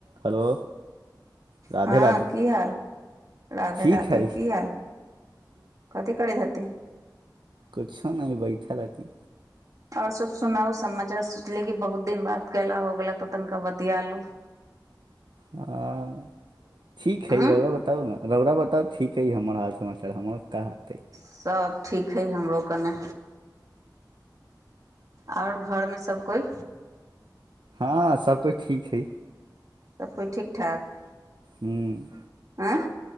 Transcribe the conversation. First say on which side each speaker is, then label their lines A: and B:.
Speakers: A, on the right (about 80°); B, on the right (about 45°).
A: Hello Radhe
B: हाँ
A: राधे
B: की हाल राधे
A: ठीक
B: राधे
A: हइ
B: की हाल। कथी करै हथि।
A: कुछो नहि बैठल हथि।
B: आओर सब सुनाउ समाचार सोचली की बहुत दिन बात कला हो गला त तनिका बतियालू।
A: हँ ठीक
B: हँ
A: हैए रउआ बताऊ ना। रौड़रा बताउ ठीक हइ हमर हाल समाचार हमर ता हतैए।
B: सब ठीक हइ हमरो कने। आ ओर घर मे सब कोइ।
A: हाँ सब कोइ ठीक हैए।
B: सब कोई ठीक ठाक।
A: हूँ
B: आँय